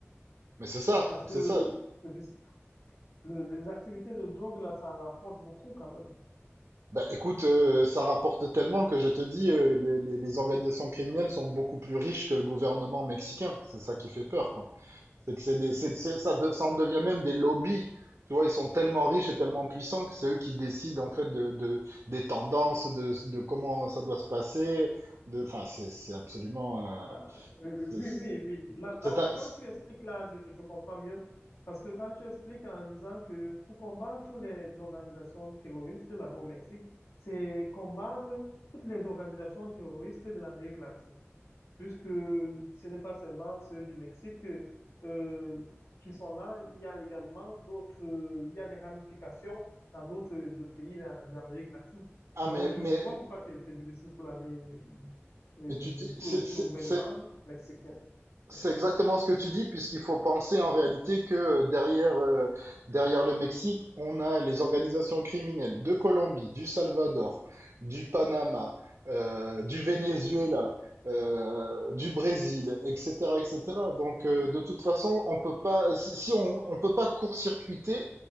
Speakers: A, on the right (about 80°); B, on the left (about 70°).
A: Mais c'est ça,
B: Parce que
A: c'est ça.
B: le bus- le- les activités de drogue, là, ça rapporte beaucoup quand même.
A: Bah, écoute, euh, ça rapporte tellement que je te dis, euh, les, les les organisations criminelles sont beaucoup plus riches que le gouvernement mexicain. C'est ça qui fait peur, quoi. C'est que c'est des, c'est,
B: Oui.
A: c'est- ça, de- ça en devient même des lobbies. Tu vois, ils sont tellement riches et tellement puissants que c'est eux qui décident en fait de, de des tendances, de, de comment ça doit se passer. De, enfin, c'est, c'est absolument.
B: Ah,
A: euh,
B: oui, oui,
A: c'est, c'est
B: oui, oui. oui. Là, là,
A: c'est
B: où-
A: un-
B: quand tu expliques là, je, je comprends mieux. Parce que quand tu expliques en disant que pour combattre les organisations terroristes là-bas au Mexique, c'est combattre toutes les organisations terroristes de l'Amérique latine puisque ce n'est pas seulement ceux du Mexique euh, qui sont là, il y a également d'autres, euh, il y a des ramifications dans d'autres d'autres pays d'A- d'Amérique latine.
A: ah,
B: Donc,
A: mais
B: je,
A: mais
B: je vois pourquoi c'est c'est difficile pour la, mais- mais- euh,
A: et tu, dis- c'est,
B: pour, le-
A: c'est,
B: pour le gouvernement
A: c'est
B: mexicain.
A: C'est
B: Ouais.
A: exactement ce que tu dis, puisqu'il faut penser en réalité que euh, derrière, euh, derrière le Mexique, on a les organisations criminelles de Colombie, du Salvador, du Panama, euh, du Venezuela, euh, du Brésil, etc., etc. Donc, euh,
B: Euh,
A: de toute façon, on peut pas, si si on, on peut pas court-circuiter,